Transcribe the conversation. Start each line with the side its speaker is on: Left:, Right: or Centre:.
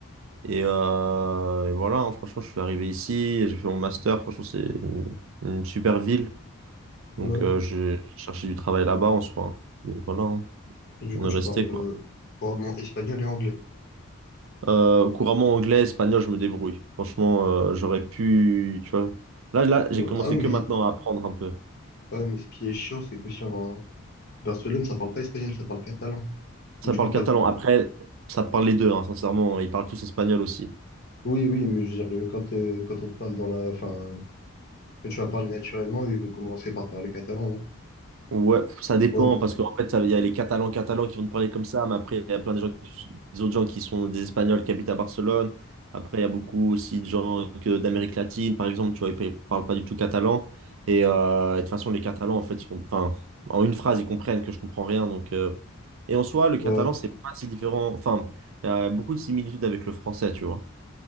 Right: Et, euh, et voilà, hein, franchement, je suis arrivé ici, et j'ai fait mon master. Franchement, c'est une, une super ville. Donc,
Left: ouais.
Right: euh, j'ai cherché du travail là-bas en soi. hein. Et voilà. hein.
Left: Et du
Right: On
Left: coup,
Right: est
Left: tu
Right: resté
Left: parles euh,
Right: quoi.
Left: couramment espagnol et anglais.
Right: Euh, couramment anglais, espagnol, je me débrouille. Franchement, euh, j'aurais pu, tu vois. Là, là, j'ai
Left: Euh,
Right: commencé
Left: Ah oui, mais,
Right: que maintenant à apprendre un peu.
Left: ah ouais, mais ce qui est chiant, c'est que si en, Barcelone, ça parle pas espagnol, ça parle catalan. Mais
Right: Ça
Left: du
Right: parle
Left: coup, quand...
Right: catalan. Après, ça parle les deux, hein, sincèrement. Ils parlent tous espagnol aussi.
Left: Oui, oui, mais je veux dire, euh, quand, euh, quand on te parle dans la... Enfin, quand tu vas parler naturellement, ils vont commencer par parler catalan, non?
Right: Ouais, ça dépend,
Left: Ouais, parce-
Right: parce qu'en fait, ça- il y a les Catalans catalans qui vont te parler comme ça, mais après, il y a plein de gens, qui- des autres gens qui sont des Espagnols qui habitent à Barcelone. Après, il y a beaucoup aussi de gens que- d'Amérique latine, par exemple, tu vois, ils ne parlent pas du tout catalan. Et euh, de toute façon, les Catalans, en fait, ils comp- enfin, en une phrase, ils comprennent que je comprends rien. Donc, euh, Et en soi, le
Left: ouais.
Right: catalan, c'est pas si différent. Enfin, il y a beaucoup de similitudes avec le français, tu vois.